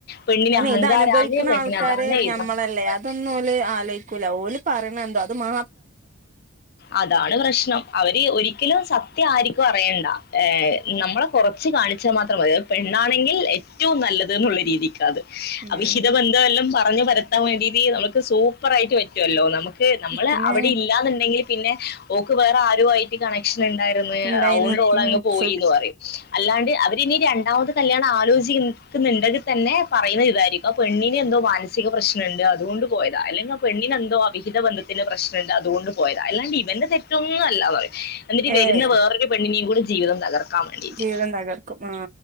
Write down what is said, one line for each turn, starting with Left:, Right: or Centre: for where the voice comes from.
Left: പെണ്ണിന്
Right: അയ്നെ
Left: അഹങ്കാരാണ്
Right: ഇത് അനുഭവിക്കുന്ന
Left: പെണ്ണിന്
Right: ആൾക്കാര്
Left: അതാണ്
Right: ഞമ്മളല്ലേ
Left: ഇതാണ്
Right: അതൊന്നുംഓല് ആലോചിക്കൂല ഓല് പറിണ എന്തോ അത് മാ
Left: അതാണ് പ്രശ്നം അവര് ഒരിക്കലും സത്യം ആരിക്കും അറിയണ്ട നമ്മളെ കുറച്ച് കാണിച്ചാൽ മാത്രം മതി പെ ണ്ണാണെങ്കിൽ ഏറ്റവും നല്ലത് ന്നുള്ള രീതിക്കാ അത്
Right: ഉം
Left: അവിഹിത ബന്ധ എല്ലാം പറഞ്ഞഞ് പരത്താൻ വേണ്ടി ട്ട് നമുക്ക് സൂപ്പർ ആയിട്ട് പറ്റും പറ്റല്ലോ നമുക്ക് നമ്മള്
Right: പിന്നെ
Left: അവിടെ ണ്ടെങ്കിൽ പിന്നെ ഓക്ക് വേറെ ആരു ആയിട്ട് കണക്ഷൻ ന്ന്ണ്ടായിരുന്ന്
Right: ഇണ്ടായിരുന്നു
Left: അതോണ്ട് ഓള്അങ്ങ്
Right: ഉം
Left: പോയിന്ന്
Right: സുഖ
Left: പറയും അല്ലാണ്ട് അവരിനി രണ്ടാമത് കല്യാണം ആലോചിക്കുന്നുണ്ടെങ്കിൽ തന്നെ പറയുന്ന ഇതായിരിക്കും അപ്പ പെണ്ണിന് എന്തോ മാനസിക പ്രശ്നമുണ്ട് അതുകൊണ്ട് തോണ്ട് പോയതാ അല്ലങ്കി ആ പെണ്ണിനെന്തോ അവിഹിത ബന്ധത്തിന്റെ പ്രശ്നം ണ്ട് അതുകൊണ്ട് പോയത് അല്ലാണ്ട് ഇവന്റെ തെറ്റൊന്നുംല്ല പറ എന്നിട്ട് വരുന്ന
Right: ഏയ്
Left: വേറൊ പെണ്ണിനും കൂടെ ജീവിതം തകർക്കാൻ വേണ്ടിയിട്ട്
Right: ജീവിതം തകർക്കും ആ